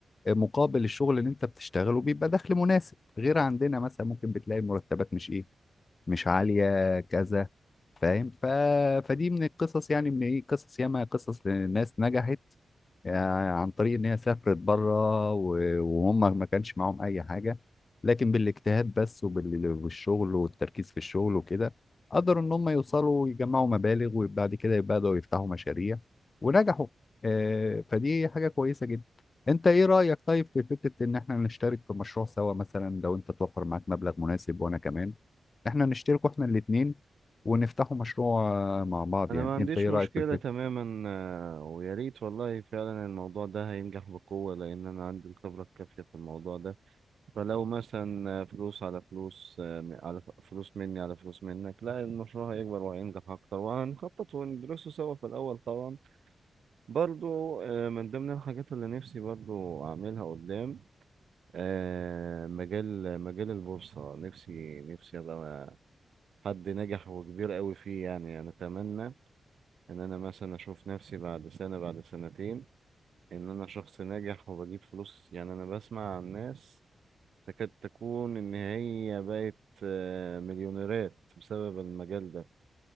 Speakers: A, on the left; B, on the right.
A: مقابل الشغل اللي أنت بتشتغله بيبقى دخل مناسب غير عندنا مثلا ممكن بتلاقي المرتبات مش إيه مش عالية كذا فاهم ف... فدي من القصص يعني من ايه قصص ياما قصص لناس نجحت يعني عن طريق ان هي سافرت بره و- وهم ما كانش معاهم اي حاجه لكن بالاجتهاد بس وبال- والشغل والتركيز في الشغل وكده قدروا ان هم يوصلوا ويجمعوا مبالغ وبعد كده بدأوا يفتحوا مشاريع ونجحوا آه، فدي حاجه كويسه جدا انت ايه رأيك طيب في فكره ان احنا نشترك في مشروع سوا مثلا لو انت توفر معاك مبلغ مناسب وانا كمان احنا نشترك احنا الاثنين ونفتحوا مشروع آه، مع بعض
B: انا
A: يعني
B: ما عنديش
A: انت ايه
B: مشكلة
A: رأيك في الفكره
B: تماما آه، ويا ريت والله فعلا الموضوع ده هينجح بقوة لان انا عندي الخبرة الكافية في الموضوع ده فلو مثلا فلوس على فلوس آه، على ف- فلوس مني على فلوس منك لا المشروع هيكبر وهينجح أكتر وهنخطط وندرسه سوا في الأول طبعا برضو آه، من ضمن الحاجات اللي نفسي برضو أعملها قدام آه، مجال مجال البورصة نفسي نفسي أبقى حد ناجح وكبير قوي فيه يعني أنا أتمنى إن أنا مثلا أشوف نفسي بعد سنة بعد سنتين إن أنا شخص ناجح وبجيب فلوس يعني أنا بسمع عن ناس تكاد تكون إن هي بقت آه، مليونيرات بسبب المجال ده